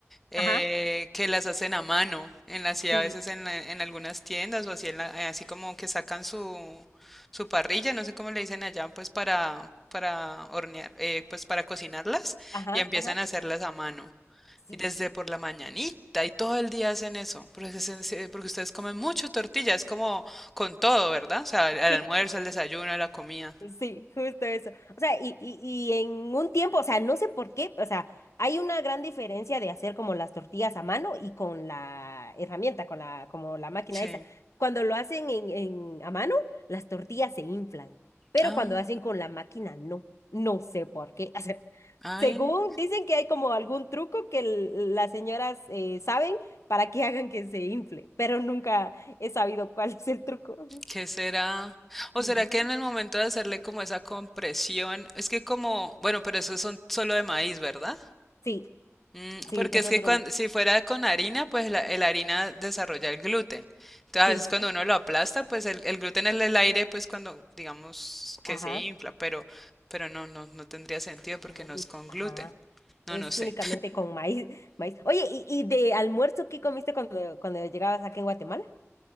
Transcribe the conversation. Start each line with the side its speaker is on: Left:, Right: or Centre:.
Centre: eh,
Left: Ajá,
Centre: que las hacen a mano, en las, y
Left: sí,
Centre: a veces en, la- en algunas tiendas o así, en la- eh, así como que sacan su, su parrilla, no sé cómo le dicen allá, pues, para, para hornear, eh, pues, para cocinarlas
Left: ajá,
Centre: y empiezan
Left: ajá.
Centre: a hacerlas a mano.
Left: Sí,
Centre: Y desde por la mañanita y todo el día hacen eso, porque, se- se- porque ustedes comen mucho tortilla, es como con todo, ¿verdad? O sea, al almuerzo,
Left: sí,
Centre: al desayuno, a la comida.
Left: sí, justo eso. O sea, y, y, y en un tiempo, o sea, no sé por qué, o sea, hay una gran diferencia de hacer como las tortillas a mano y con la herramienta, con la, como la máquina
Centre: Sí.
Left: esa. Cuando lo hacen en, en- a mano, las tortillas se inflan, pero
Centre: Ah.
Left: cuando hacen con la máquina, no. No sé por qué. <laughs> O sea,
Centre: Ay,
Left: según dicen que hay como algún truco que l- las señoras eh, saben para que hagan que se infle, pero nunca he sabido cuál es el truco.
Centre: ¿qué será? ¿O
Left: <laughs>
Centre: será que en el momento de hacerle como esa compresión, es que como, bueno, pero esos son solo de maíz, ¿verdad?
Left: Sí,
Centre: Mm,
Left: Sí,
Centre: porque
Left: nosotros
Centre: es que cuando,
Left: no.
Centre: si fuera con harina, pues la, el harina desarrolla el gluten. Entonces,
Left: Sí,
Centre: a veces
Left: sí,
Centre: cuando
Left: sí.
Centre: uno lo aplasta, pues el, el gluten es el aire, pues cuando digamos que
Left: ajá.
Centre: se infla, pero, pero no, no, no tendría sentido porque
Left: No,
Centre: no es
Left: no,
Centre: con
Left: Ajá.
Centre: gluten. No,
Left: Es
Centre: no sé.
Left: únicamente con maíz, <laughs> maíz. Oye, ¿y, y de almuerzo qué comiste cuando, cuando llegabas acá en Guatemala?